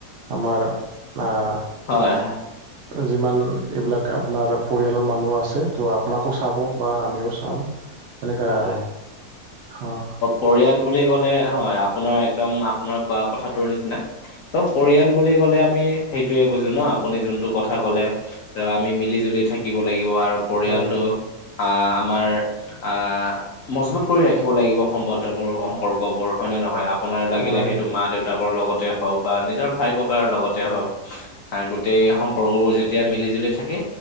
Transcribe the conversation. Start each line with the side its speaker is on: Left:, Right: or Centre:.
Right: আমাৰ আহ,
Left: হয়,
Right: যিমান এইবিলাক- আপোনাৰ পৰিয়ালৰ মানুহ আছে ত' আপোনাকো চাব বা আমিও চাম। এনেকুৱা
Left: হয়,
Right: আৰু, অ।
Left: পৰিয়াল বুলি ক'লে হয় আপোনাৰ একদম আপোনাৰ কোৱা কথাটোৰ নিচিনা। ত পৰিয়াল বুলি ক'লে আমি সেইটোয়ে বুজো ন আপুনি যোনটো কথা ক'লে। আমি মিলি জুলি থাকিব লাগিব আৰু পৰিয়ালটো,
Right: হয়
Left: আহ আমাৰ- আহ মজবুত কৰি ৰাখিব লাগিব সম্বন্ধ বোৰ সম্পৰ্ক বোৰ হয়নে নহয়- আপোনাৰ লাগিলে
Right: হয়
Left: সেইটো মা দেউতাকৰ লগতে হওক বা নিজৰ ভাই ককাৰ লগতে হওক- আহ গোটেই সম্পৰ্কবোৰ যেতিয়া মিলি জুলি থাকে।